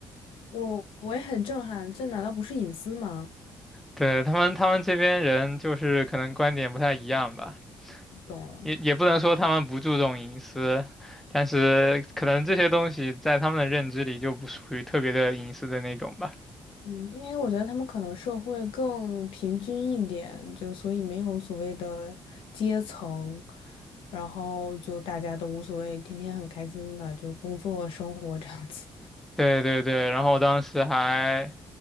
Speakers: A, on the left (about 80°); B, in the centre.
A: 我我也很震撼，这难道不是隐私吗？
B: 对，他们，他们这边人就是可能观点不太一样吧。
A: 懂了
B: 也也不能说他们不注重隐私，但是可能这些东西在他们的认知里就不属于特别的隐私的那种吧。
A: 嗯，因为我觉得他们可能社会更平均一点，就所以没有所谓的阶层，然后就大家都无所谓，天天很开心的就工作生活这样子，
B: 对对对，然后我当时还